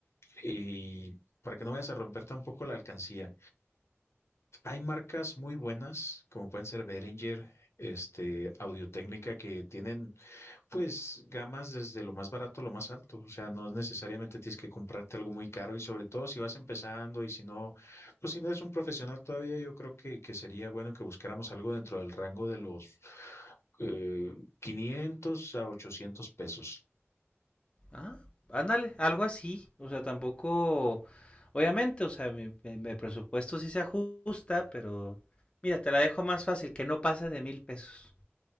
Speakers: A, on the left; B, on the left.
A: Y para que no vayas a romper tampoco la alcancía. Hay marcas muy buenas, como pueden ser Behringer, este, Audio-Técnica, que tienen pues gamas desde lo más barato a lo más alto. O sea, no necesariamente tienes que comprarte algo muy caro y sobre todo si vas empezando y si no, pues si no eres un profesional todavía, yo creo que, que sería bueno que buscáramos algo dentro del rango de los eh, 500 a 800 pesos.
B: Ah, ándale, algo así. O sea, tampoco, obviamente, o sea, mi, mi- mi presupuesto sí se ajusta, pero mira, te la dejo más fácil, que no pasa de mil pesos.